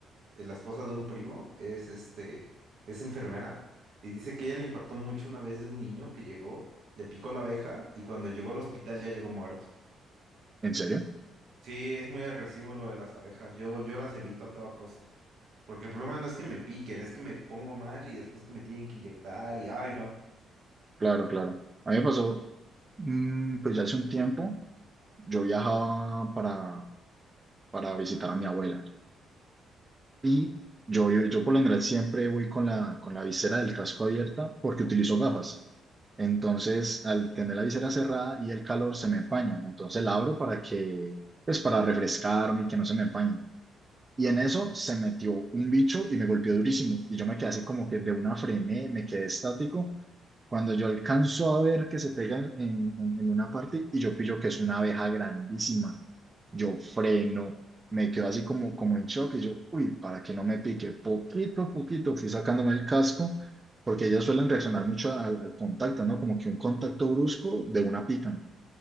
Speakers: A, on the right; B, on the right.
A: eh, la esposa de un primo, es este, es enfermera, y dice que ella le impactó mucho una vez de un niño que llegó, le picó la abeja, y cuando llegó al hospital ya llegó muerto.
B: ¿en serio?
A: Sí, es muy agresivo lo de las abejas. Yo, yo las evito a toda costa. Porque el problema no es que me piquen, es que me pongo mal y después que me tienen que inyectar y ay no.
B: Claro, claro. A mí me pasó, mm, pues ya hace un tiempo, yo viajaba para, para visitar a mi abuela y yo, yo, yo por lo general siempre voy con la, con la visera del casco abierta porque utilizo gafas. Entonces, al tener la visera cerrada y el calor se me empañan. Entonces la abro para que, pues para refrescarme y que no se me empañe. Y en eso se metió un bicho y me golpeó durísimo. Y yo me quedé así como que de una frené, me quedé estático. Cuando yo alcanzo a ver que se pega en, en- en una parte y yo pillo que es una abeja grandísima, yo freno, me quedo así como, como en shock y yo, uy, para que no me pique, poquito a poquito fui sacándome el casco, porque ellas suelen reaccionar mucho al, al contacto, ¿no? Como que un contacto brusco de una pican